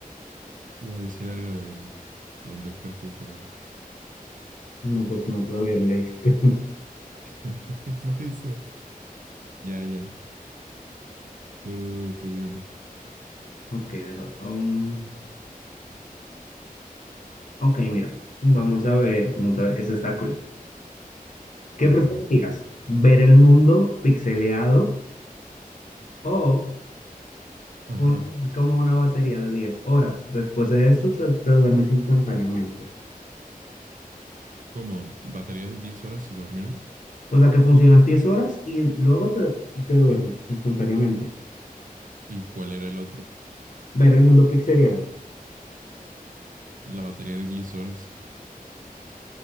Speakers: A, on the right; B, on the left.
A: <laughs> Iba a decir algo de, de Doctor Who, pero ahora.
B: No, pues no, todavía no leíste. <laughs>
A: <laughs> Por eso. Ya, ya. Tú, tú di una.
B: Ok, deja. um, ok, mira. Vamos a ver, vamos a ver. Eso está cool. ¿Qué
A: Ay,
B: preferirías?
A: no.
B: ¿Ver el mundo pixeleado o
A: Ajá.
B: un- como una batería de 10 horas? Después de esto se- te duermes instantáneamente.
A: ¿Cómo? ¿Batería de 10 horas y dormirme?
B: O sea que funcionas 10 horas y luego te, te duermes instantáneamente.
A: ¿Y cuál era el otro?
B: Ver el mundo pixeleado.
A: La batería de diez horas.